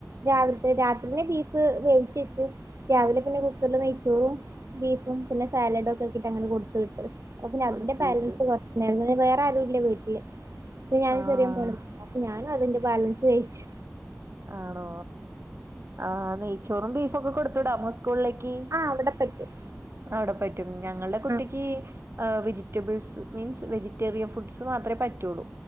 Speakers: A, on the right (about 80°); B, on the right (about 55°).
A: രാവിൽ രാത്രിന്നെ ബീഫ് വേിച്ചെച്ച് രാവിലെ പിന്നെ കുക്കറിൽ നെയ്ച്ചോറും ബീഫും പിന്നെ സാലഡ് ഒക്കെക്കിട്ടങ്ങനെ കൊടുത്ത് വിട്ട് അപ്പഞ്ഞതിന്റെ
B: കൊടുത്തു
A: ബാലൻസ്
B: വിട്ട്
A: കൊർച്ച്ണ്ടായിര്ന്നു വേറെ ആരുല്ല വീട്ട്ല് ഞാൻ
B: ആഹ്
A: ചെറിയ മോളും അപ്പൊ ഞാൻ അതിന്റെ ബാലൻസ് കഴിച്ചു
B: ആണോ ഓ ആന്നെ ചോറും ബീഫൊക്കെ കൊടുത്തുടാമോ സ് കൂൾലേക്ക്
A: ആ അവിടെ പറ്റും
B: അവിടെ പ ഞങ്ങളൾടെ കുട്ടിക്ക്
A: ആ
B: ആ വെജിറ്റബ്ൾസ് മീൻസ് വെജിറ്റേറിയൻ ഫുഡ്സ് മാത്രേ പറ്റുള്ളൂ